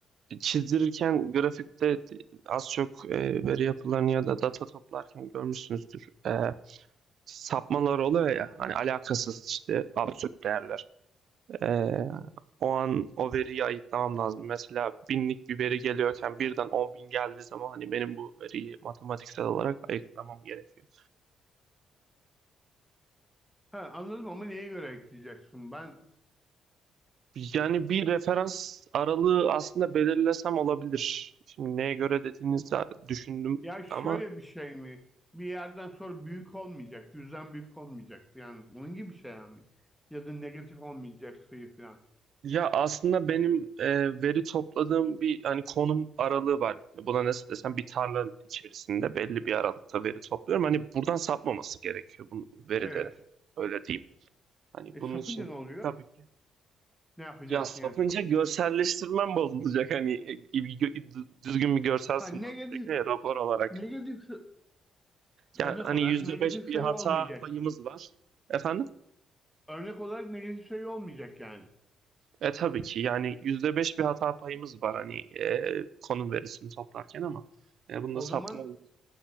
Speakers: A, on the right (about 65°); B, in the centre.
A: çizdirirken grafikte az çok e, veri yapılarını ya da data toplarken görmüşsünüzdür. Ee, sapmalar oluyor ya hani alakasız işte absürt değerler. Ee, o an o veriyi ayıklamam lazım. Mesela binlik bir veri geliyorken birden on bin geldiği zaman hani benim bu veriyi matematiksel olarak ayıklamam gerekiyor.
B: Ha, anladım ama neye göre ekleyeceksin? Ben
A: Yani bir referans aralığı aslında belirlesem olabilir. Şimdi neye göre dediğinizde düşündüm
B: ya şöyle
A: ama
B: bir şey mi? Bir yerden sonra büyük olmayacak, yüzden büyük olmayacak. Yani onun gibi bir şey yani. Ya da negatif olmayacak sayı falan.
A: ya aslında benim e, veri topladığım bir hani konum aralığı var. Buna nasıl desem bir tarla içerisinde belli bir aralıkta veri topluyorum. Hani buradan sapmaması gerekiyor bu verilerin.
B: Evet.
A: Öyle diyeyim. Hani
B: E
A: bunun
B: sapınca
A: için
B: ne oluyor?
A: tabii ki.
B: Ne yapacaksın
A: Ya satınca
B: yani sapınca?
A: görselleştirmem bozulacak. Hani e, bir gö- düzgün bir görsel
B: Ha,
A: sunmam
B: negatif,
A: gerekiyor ya rapor olarak.
B: negatif şey, örnek
A: Ya hani
B: olarak
A: %5
B: negatif
A: bir
B: sayı
A: hata
B: olmayacak.
A: payımız var. Efendim?
B: Örnek olarak negatif sayı olmayacak yani.
A: E tabii ki yani %5 bir hata payımız var hani e, konum verisini toplarken ama e, bunda
B: O
A: sapma
B: zaman
A: olur.